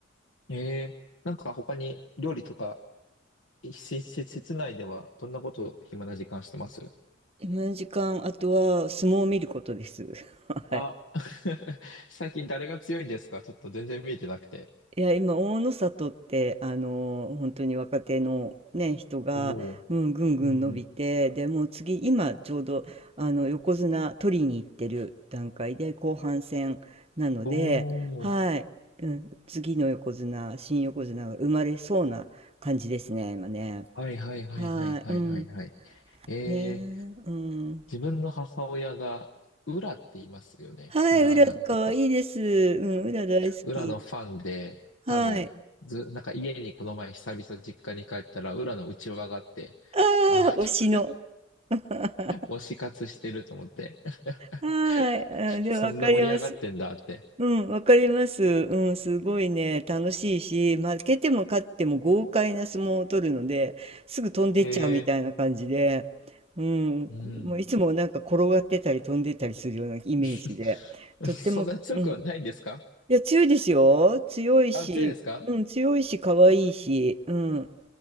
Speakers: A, on the left; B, on the right.
A: ん。えー、なんか他に料理とか、しし室内ではどんなことを暇な時間してます
B: 今の時間、あとは相撲を見ることです。<laughs> はい。
A: あ、<laughs> 最近誰が強いんですかちょっと全然見えてなくて。
B: いや、今、大の里って、あの、本当に若手のね、人が、
A: おお。
B: うん、ぐんぐん伸びて、
A: うんうん。
B: でもう次、今、ちょうど、あの、横綱取りに行ってる段階で、後半戦なので、
A: おお。
B: はい、うん、次の横綱、新横綱が生まれそうな感じですね、今ね。
A: はいはいはいはいはいはいはい。
B: はい、うん。
A: えー、
B: ねえ、うん。
A: 自分の母親が、裏って言いますよね。
B: はい、
A: 裏なんとか。
B: ウラ可愛いです。うん、う大好き。
A: 裏のファンで、
B: はい。
A: 多分、ず、なんか家にこの前久々実家に帰ったら、裏の内輪があって、
B: ああ、
A: ああ、
B: 推しの。<laughs>
A: と推し活してると思って。<laughs>
B: はい。あ、でわかります。
A: そんな盛り上がってんだって。
B: うん、わかります。うん、すごいね、楽しいし、負けても勝っても豪快な相撲を取るので、すぐ飛んでっちゃうみたいな感じで、
A: え
B: うん、
A: ー、うん。
B: もういつもなんか転がってたり飛んでったりするようなイメージで、
A: <laughs>
B: とっても、
A: そんな強くはないんですか
B: うん。いや、強いですよ。強いし、
A: あ、強いですか
B: うん、強いし、可愛いし、うん。